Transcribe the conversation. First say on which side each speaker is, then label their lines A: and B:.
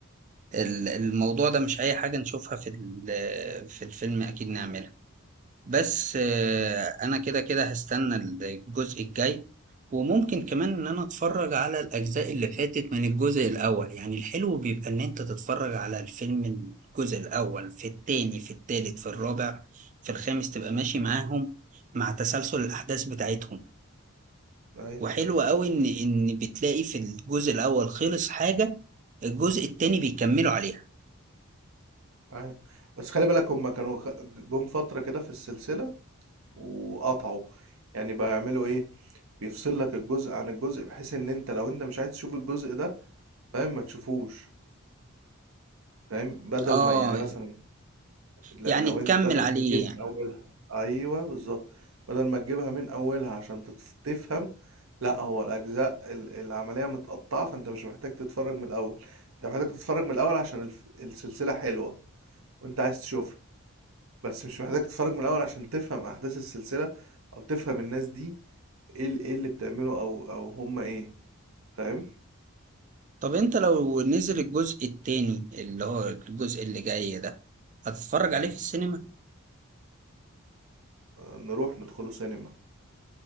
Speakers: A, on the right (about 35°); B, on the right (about 75°).
A: ال- الموضوع ده مش اي حاجة نشوفها في ال- في الفيلم اكيد نعملها بس آه، انا كده كده هستنى الجزء الجاي وممكن كمان ان انا اتفرج على الاجزاء اللي فاتت من الجزء الاول يعني الحلو بيبقى ان انت تتفرج على الفيلم الجزء الاول في التاني في التالت في الرابع في الخامس تبقى ماشي معاهم مع تسلسل الاحداث بتاعتهم
B: ايوه
A: وحلو قوي ان ان بتلاقي في الجزء الاول خلص حاجة الجزء التاني بيكملوا عليها
B: ايوه بس خلي بالك هم كانوا خ- جم فترة كده في السلسلة وقطعوا يعني بقى يعملوا ايه بيفصل لك الجزء عن الجزء بحيث ان انت لو انت مش عايز تشوف الجزء ده فاهم ما تشوفوش فاهم بدل
A: اه
B: ما يعني مثلا لا
A: يعني
B: لو
A: تكمل
B: ان بدل
A: عليه
B: ما تجيب من اولها ايوه بالظبط بدل ما تجيبها من اولها عشان تت- تفهم لا هو الاجزاء ال- العمليه متقطعه فانت مش محتاج تتفرج من الاول انت محتاج تتفرج من الاول عشان الف- السلسله حلوه وانت عايز تشوفها بس مش محتاج تتفرج من الاول عشان تفهم احداث السلسله او تفهم الناس دي ايه ال- ايه اللي بتعمله او او هم ايه فاهم
A: طب انت لو نزل الجزء التاني اللي هو الجزء اللي جاي ده هتتفرج عليه في السينما
B: نروح ندخلوا سينما